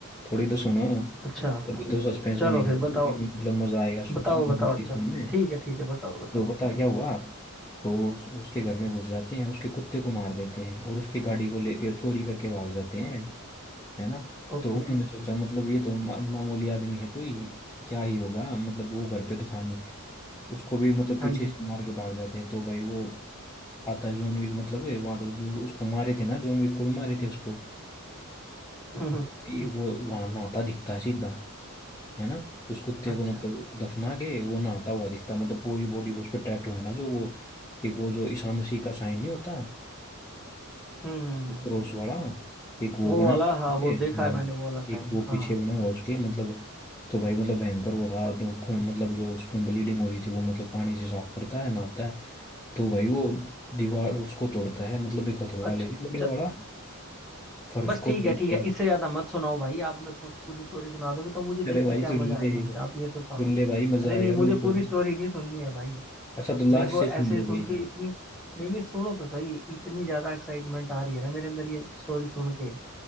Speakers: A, on the left; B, in the centre.
A: थोड़ी तो सुनो
B: अच्छा
A: तभी तो सस्पेंस
B: चलो
A: बनेगा
B: फिर
A: ना,
B: बताओ
A: मतलब मजा आएगा मूवी
B: बताओ बताओ
A: देखने
B: चलो
A: में
B: ठीक है ठीक है बताओ बताओ
A: जो पता क्या हुआ तो उस, उसके घर में घुस जाते हैं उसके कुत्ते को मार देते हैं और उसकी गाड़ी को लेके चोरी करके भाग जाते हैं है ना
B: ओके
A: तो उन्होंने सोचा मतलब ये तो मा, मामूली आदमी है कोई तो क्या ही होगा मतलब वो घर पे तो था नहीं उसको भी मतलब
B: हाँ
A: पीछे
B: जी
A: से मार के भाग जाते हैं तो भाई वो आता है जॉन विक मतलब है वहां तो जो उसको मारे थे ना जॉन विक को भी मारे थे उसको
B: <laughs> हम्म हम्म,
A: तो भाई
B: हम्म,
A: वो वहां नहाता दिखता है सीधा है ना उस कुत्ते
B: अच्छा
A: को मतलब दफना के वो नहाता हुआ दिखता है, मतलब पूरी बॉडी उस पर टैटू है ना जो वो एक वो जो ईसा मसीह का साइन नहीं होता
B: हम्म हम्म हम्म
A: क्रॉस वाला एक वो
B: वो
A: बना
B: वाला
A: है
B: हाँ
A: पीछे,
B: वो देखा है
A: हाँ
B: मैंने वो वाला साइन
A: एक वो
B: हाँ
A: पीछे बना हुआ उसके मतलब तो भाई मतलब भयंकर वो था तो खून मतलब जो उसमें ब्लीडिंग हो रही थी वो मतलब पानी से साफ करता है नहाता है तो भाई वो दीवार उसको तोड़ता है मतलब एक हथौड़ा
B: अच्छा
A: लेके बड़े
B: च-
A: वाला फर्श
B: बस
A: को
B: ठीक
A: तोड़ते
B: है ठीक है इससे ज्यादा मत सुनाओ भाई आप मेरे को पूरी स्टोरी सुना दोगे तो मुझे देख
A: अरे भाई
B: के क्या
A: सुन
B: मजा आएगा
A: ले
B: फिर आप ये तो
A: सुन
B: सुन
A: ले भाई मजा
B: अरे
A: आएगा
B: नहीं मुझे
A: बिल्कुल
B: पूरी स्टोरी नहीं सुननी है भाई
A: अच्छा तो लास्ट
B: मेरे को
A: से सुन
B: ऐसे
A: ले
B: सुन
A: भाई
B: के इतनी नहीं नहीं सुनो तो सही इतनी ज्यादा एक्साइटमेंट आ रही है ना मेरे अंदर ये स्टोरी सुन के